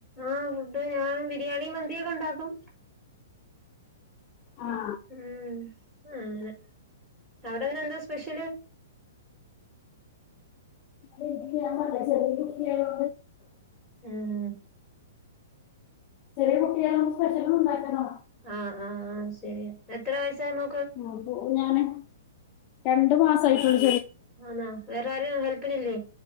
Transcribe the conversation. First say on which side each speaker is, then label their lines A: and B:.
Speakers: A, in the centre; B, on the left.
A: ആഹ ഫുഡ് ഞാൻ ബിരിയാണി മന്തിയൊക്കെ ഉണ്ടാക്കും
B: ആ
A: ഉം <inaudible> അവിടെ ഇന്ന് എന്താ സ്പെഷ്യല്
B: അത് ഞാൻ പറഞ്ഞില്ലേ ചെറിയ <inaudible>
A: ഉം ഉം
B: ചെറിയ കുട്ടികളൊന്നും സ്പെഷ്യലും ഉണ്ടാക്കണോ
A: ആഹ് ആഹ് ആഹ് ശരി എത്ര വയസ്സായ നോ
B: ആ അപ്പൊ ഞാന് രണ്ടു മാസയിട്ടുള്ളൂ
A: ആന്നാ വേറെ ആരും ഹെൽപ്പിനില്ലേ